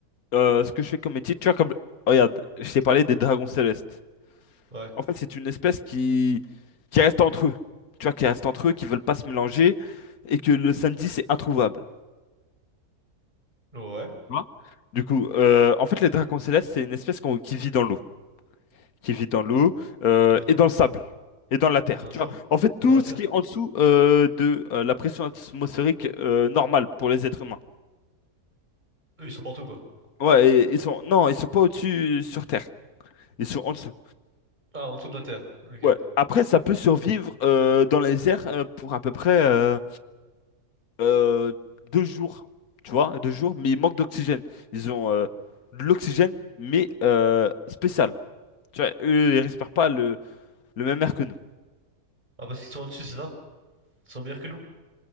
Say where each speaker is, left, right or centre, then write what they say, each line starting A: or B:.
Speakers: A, on the left (about 65°); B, on the right (about 25°).
A: euh, ce que je fais comme métier, tu vois, comme. Regarde, je t'ai parlé des dragons célestes.
B: Ouais.
A: En fait, c'est une espèce qui... qui reste entre eux. Tu vois, qui reste entre eux, qui veulent pas se mélanger, et que le samedi, c'est introuvable.
B: Ouais.
A: tu vois. Du coup, euh, en fait, les dragons célestes, c'est une espèce qu'on- qui vit dans l'eau, qui vit dans l'eau euh,
B: Ils dans
A: et dans
B: l'eau,
A: le sable et dans la terre.
B: dans le
A: Tu
B: sable,
A: vois, en fait, tout
B: et dans la
A: ce
B: terre.
A: qui est en dessous euh, de euh, la pression atmosphérique euh, normale pour les êtres humains.
B: Eux, ils sont partout quoi.
A: Ouais, et- ils sont non, ils sont pas au-dessus euh, sur Terre, ils sont en dessous.
B: Ah, en dessous de la terre. Ok.
A: Ouais. Après, ça peut survivre euh, dans les airs euh, pour à peu près euh, euh, deux jours, tu vois, deux jours, mais ils manquent d'oxygène. Ils ont euh, de l'oxygène, mais euh, spécial. Tu vois, eux, ils respirent pas le Le même air que nous.
B: Ah, parce qu'ils sont au-dessus, c'est ça? Ils sont meilleurs que nous?